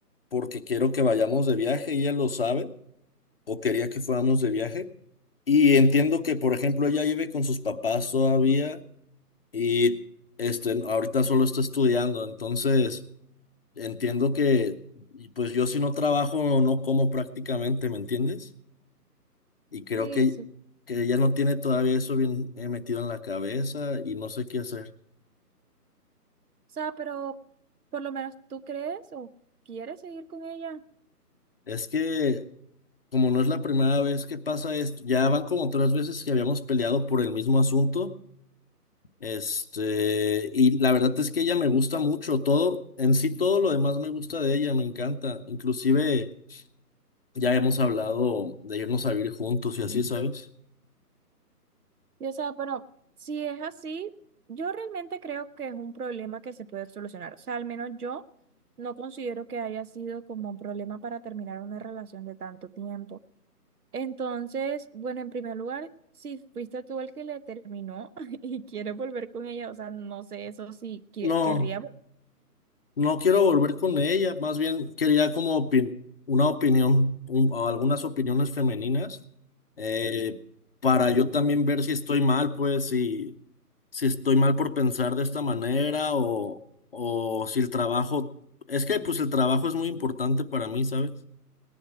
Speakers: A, on the left (about 35°); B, on the right (about 65°).
A: porque quiero que vayamos de viaje, y ella lo sabe, o quería que fuéramos de viaje. Y entiendo que, por ejemplo, ella vive con sus papás todavía y este, ahorita solo está estudiando. Entonces, entiendo que, y pues yo si no trabajo, no como prácticamente, ¿me entiendes? Y creo
B: Sí,
A: que,
B: eso. O
A: que ella no tiene todavía eso bien eh, metido en la cabeza y no sé qué hacer.
B: sea, pero por lo menos tú crees o quieres seguir con ella.
A: Es que, como no es la primera vez que pasa esto, ya van como tres veces que habíamos peleado por el mismo asunto. Este, y la verdad es que ella me gusta mucho, todo, en sí todo lo demás me gusta de ella, me encanta. Inclusive ya hemos hablado de irnos a vivir juntos y así, ¿sabes?
B: Y o sea, pero si es así, yo realmente creo que es un problema que se puede solucionar. O sea, al menos yo no considero que haya sido como un problema para terminar una relación de tanto tiempo. Entonces, bueno, en primer lugar, si fuiste tú el que le terminó <laughs> y quiere volver con ella, o sea, no sé eso si qui-
A: No.
B: querría.
A: No quiero volver con ella, más bien quería como opi- una opinión, un- o algunas opiniones femeninas, eh, para yo también ver si estoy mal, pues si, si estoy mal por pensar de esta manera o, o si el trabajo, es que pues el trabajo es muy importante para mí, ¿sabes?